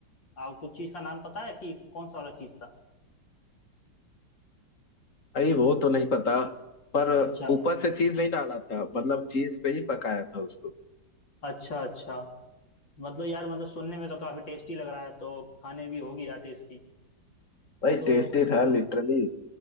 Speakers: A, on the left; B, on the left.
A: आप कुछ चीज का नाम पता है कि कौन सा वाला चीज था
B: भाई वो तो नहीं पता पर
A: अच्छा
B: ऊपर से चीज नहीं डाला था मतलब चीज पे ही पकाया था उसको
A: अच्छा अच्छा मतलब यार मतलब सुनने में तो काफी टेस्टी लग रहा है तो खाने भी होगी यार टेस्टी
B: भाई
A: तो
B: टेस्टी था लिटरली